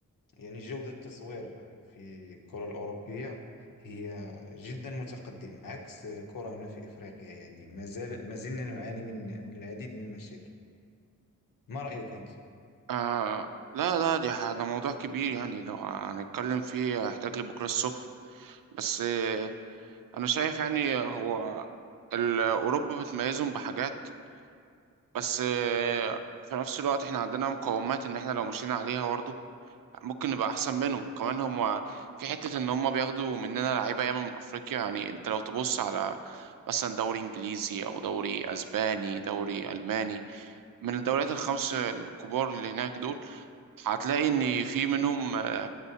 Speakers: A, on the left (about 85°); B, on the right (about 85°).
A: يعني جودة التصوير في الكرة الأوروبية هي جدا متقدمة عكس الكرة هنا في إفريقيا يعني ما زال ما زلنا نعاني من من العديد من المشاكل ما رأيك أنت؟
B: آه لا لا دي ح- ده موضوع كبير يعني لو هنتكلم فيه هيحتاج لبكرة الصبح بس آه انا شايف يعني هو ال- اوروبا بتميزهم بحاجات بس آه في نفس الوقت احنا عندنا مقومات ان احنا لو مشينا عليها برضه ممكن نبقى احسن منهم وكمان هم في حتة ان هم بياخدوا مننا لعيبة ياما من افريقيا يعني انت لو تبص على مثلا دوري انجليزي او دوري اسباني دوري الماني من الدوريات الخمس الكبار اللي هناك دول هتلاقي ان في منهم آه،